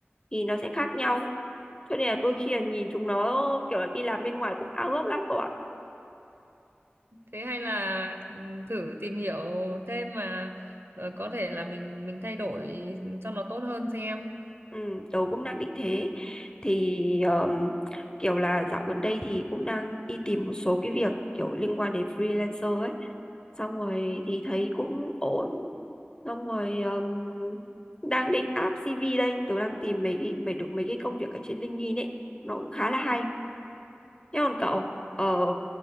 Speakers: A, on the left; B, on the right.
A: thì nó sẽ khác nhau cho nên là đôi khi là nhìn chúng nó kiểu là đi làm bên ngoài cũng ao ước lắm cô ạ
B: Thế hay là ừ, thử tìm hiểu thêm mà ờ, có thể là mình mình thay đổi cho nó tốt hơn xem.
A: Ừ, tớ cũng đang định thế thì um, kiểu là dạo gần đây thì cũng đang đi tìm một số cái việc kiểu liên quan đến freelancer ấy xong rồi thì thấy cũng ổn xong rồi um, đang định áp CV đây tớ đang tìm mấy mấy được mấy cái công việc ở trên LinkedIn ấy nó cũng khá là hay thế còn cậu ờ,